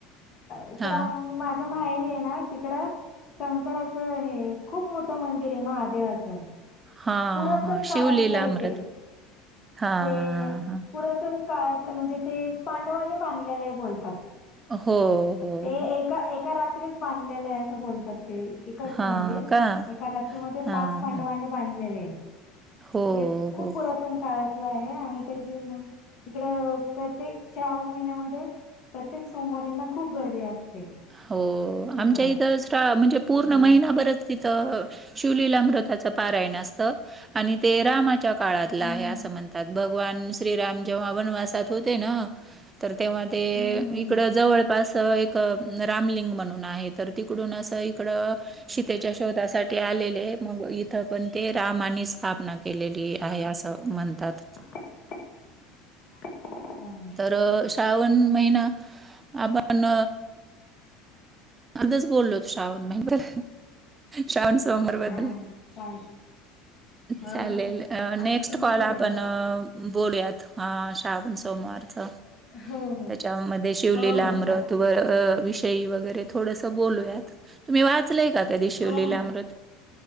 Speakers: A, on the left; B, on the right.
A: इकड
B: हां,
A: आम माझ्या माहेरी आहे ना तिकडं. शंकराचं हे खूप मोठ मंदिर आहे महादेवाचं
B: हां,
A: पुरातन
B: हां.
A: काळातलं
B: शिवलीलामृत.
A: आहे ते
B: हां,
A: ते
B: हां, हां.
A: पुरातन काळातलं म्हणजे ते पांडवांनी बांधलेल आहे बोलतात
B: हो. हो,
A: ते
B: हो.
A: एका एका रात्रीच बांधलेलं आहे असं बोलतात ते एकच
B: हां
A: मंदिर,
B: का?
A: एका रात्रीमध्ये
B: हां.
A: पाच पांडवाांनी बांधलेले आहे
B: हो,
A: ते खूप
B: हो.
A: पुरातन काळातलं आहे आणि त्याची मग तिकड प्रत्येक श्रावण महिन्यामध्ये प्रत्येक सोमवारीना खूप गर्दी असते.
B: हो,
A: तिकडं.
B: आमच्या इथं म्हणजे पूर्ण
A: हा.
B: महिनाभरच तिथं शिवलीला अमृताच पारायण असत आणि ते रामाच्या काळातलं
A: हम्म
B: आहे असं म्हणतात बघ भगवान श्रीराम जेव्हा वनवासात होते ना तर तेव्हा ते
A: हम्म हम्म
B: इकड जवळपास एक रामलिंग म्हणून आहे तर तिकडून अस इकड सीतेच्या शोधासाठी आलेले मग इथं पण ते रामाने स्थापना केलेली आहे अस म्हनतात
A: अच्छा.
B: तर श्रावण महिना आपण अर्धच बोललो श्रावण महिना श्रावण सोमवार
A: हा
B: बद्दल
A: चालेल हो
B: चालेल
A: हो. आता
B: नेक्स्ट
A: तुम्ही
B: कॉल
A: करा
B: आपण
A: मग
B: बोलूयात हा श्रावण सोमवार चा
A: हो हो
B: त्याच्यामध्ये शिवलीला
A: हो हो
B: अमृत
A: चालते
B: व विषयी वगैरे थोडस बोलूयात तुम्ही वाचलय का कधी शिवलीला
A: हो हो.
B: अमृत